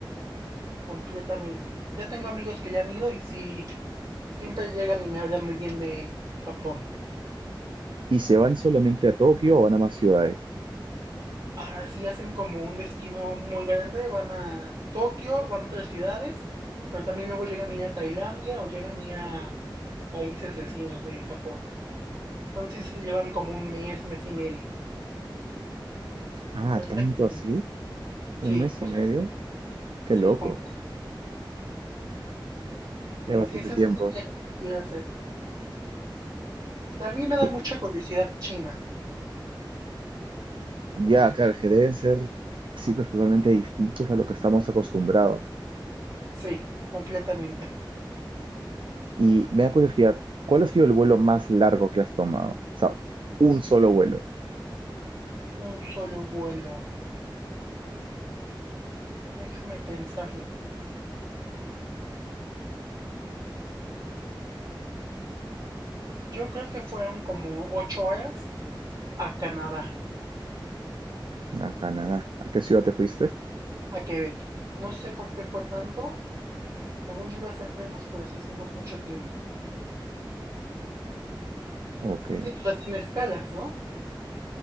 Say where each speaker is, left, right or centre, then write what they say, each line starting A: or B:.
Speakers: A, on the right; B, on the right.
A: completamente. Yo tengo amigos que ya han ido y sí, siempre llegan y me hablan muy bien de Japón.
B: ¿Y se van solamente a Tokio o van a más ciudades?
A: Ahora sí hacen como un destino muy grande, van a Tokio, van a otras ciudades, pero también luego llegan a ir a Tailandia o llegan a ir a países vecinos de Japón. Entonces se llevan como un mes, mes y medio.
B: Ah,
A: Ahorita
B: tanto
A: que lo
B: así,
A: mencioné. Sí,
B: un mes
A: o
B: y medio,
A: sea, sí,
B: qué
A: sí,
B: loco,
A: com-
B: es
A: sí,
B: bastante
A: sí, ese
B: tiempo.
A: es un viaje que quiero hacer. También me
B: Tú-
A: da mucha curiosidad China.
B: Ya, claro, que deben ser sitios totalmente distintos a lo que estamos acostumbrados.
A: Sí, completamente.
B: Y me da curiosidad, ¿cuál ha sido el vuelo más largo que has tomado? O sea, un solo vuelo
A: Un solo vuelo. Déjame pensarlo. Yo creo que fueron como ocho horas a Canadá,
B: a Canadá. ¿A qué ciudad te fuiste?
A: a Quebec. No sé por qué fue tanto. Según yo iba a ser menos, pero sí hicimos mucho tiempo.
B: Ok.
A: Sí, o sea, sin escalas, ¿no?